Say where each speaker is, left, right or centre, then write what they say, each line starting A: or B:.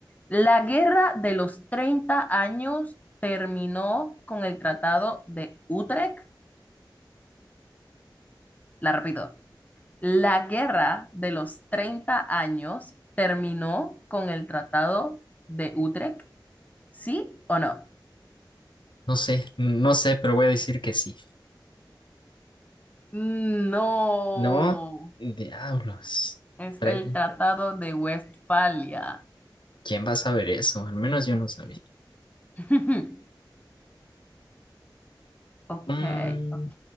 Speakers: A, on the left (about 20°); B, on the left (about 75°).
A: ¿La guerra de los 30 años terminó con el Tratado de Utrecht? La repito. La guerra de los 30 años terminó con el Tratado de Utrecht, ¿sí o no?
B: No sé, no sé, pero voy a decir que sí.
A: No,
B: No, diablos.
A: es
B: trae-
A: el Tratado de Westfalia.
B: ¿Quién va a saber eso? Al menos yo no sabía.
A: <laughs> Ok,
B: Mm,
A: ok,